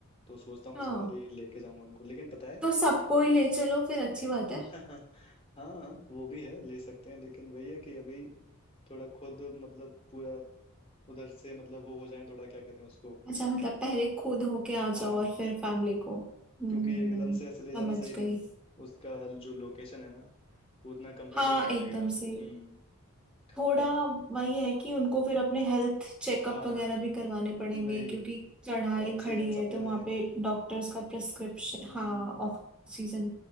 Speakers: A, on the left; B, in the centre.
A: तो सोचता हूँ
B: हाँ
A: इस बार ही लेके जाऊंगा उनको लेकिन पता है
B: तो सबको ही ले चलो फिर अच्छी बात है
A: <laughs> हाँ वो भी है ले सकते हैं लेकिन वही है कि अभी थोड़ा खुद मतलब पूरा उधर से मतलब वो हो जाए थोड़ा क्या कहते हैं उसको
B: अच्छा मतलब पहले खुद होके आ जाओ
A: हाँ
B: और फिर फैमिली को हम्म
A: क्योंकि
B: हम्म
A: एकदम
B: हम्म,
A: से ऐसे ले जाना
B: समझ
A: सही नहीं
B: गई
A: है उसका जो लोकेशन है ना वो उतना कंफर्टेबल
B: हाँ
A: नहीं
B: एकदम
A: रहेगा
B: से
A: हम्म
B: थोड़ा
A: और
B: वही है कि उनको फिर अपने हेल्थ चेकअप
A: हाँ
B: वगैरह भी करवाने पड़ेंगे
A: वही
B: क्योंकि चढ़ाई
A: ऑक्सीजन
B: खड़ी है
A: सप्लाई
B: तो वहाँ
A: है
B: पे डॉक्टर्स का प्रिस्क्रिप्शन
A: हम्म
B: हाँ ऑक्सीजन